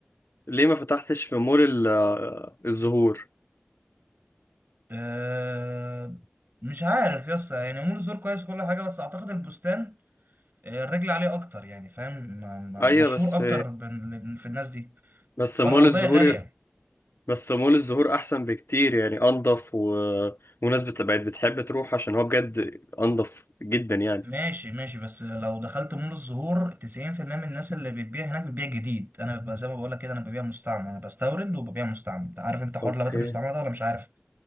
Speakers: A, on the left; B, on the right.
A: ليه ما فتحتش في مول ال- آه، الزهور
B: أه مش عارف يا اسطى يعني مول الزور كويس كل حاجه بس اعتقد البستان آه، الرجل عليه اكتر يعني فاهم م- م-
A: ايوه
B: مشهور
A: بس
B: اكتر بين- في الناس دي
A: بس مول
B: والارضيه
A: الزهور
B: غاليه
A: بس مول الزهور احسن بكتير يعني انضف و... وناس بت- بقت بتحب تروح عشان هو بجد انضف جدا يعني
B: ماشي ماشي بس لو دخلت مول الزهور 90% من الناس اللي بتبيع هناك بتبيع جديد انا ببقى زي ما بقول لك كده انا ببيع مستعمل انا بستورد وببيع مستعمل انت عارف انت حوار
A: اوكي
B: اللبات المستعمله ده ولا مش عارف